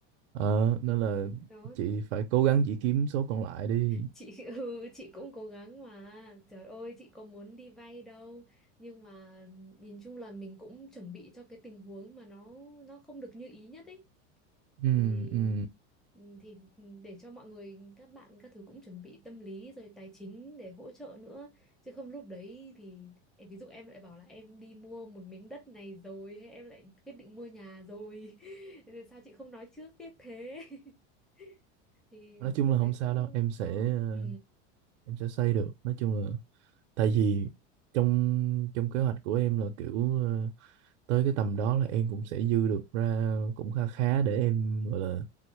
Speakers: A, on the right; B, in the centre.
A: ờ, nên là
B: Đó.
A: chị phải cố gắng chị kiếm số còn lại đi
B: Chị <laughs> ừ, chị cũng cố gắng mà. Trời ơi, chị có muốn đi vay đâu. Nhưng mà nhìn chung là mình cũng chuẩn bị cho cái tình huống mà nó nó không được như ý nhất ấy.
A: ừ,
B: thì
A: ừ.
B: ừ, thì ừ, để cho mọi người các bạn các thứ cũng chuẩn bị tâm lý rồi tài chính để hỗ trợ nữa chứ không lúc đấy thì em- ví dụ em lại bảo là em đi mua một miếng đất này rồi hay em lại quyết định mua nhà rồi <laughs> Rồi sao chị không nói trước tiếc thế <laughs> thì
A: nói chung
B: lúc
A: là không
B: đấy
A: sao
B: cũng
A: đâu em sẽ
B: khó
A: ờ,
B: ừ
A: em sẽ xây được nói chung là tại vì trong trong kế hoạch của em là kiểu ờ, tới cái tầm đó là em cũng sẽ dư được ra cũng kha khá để em gọi là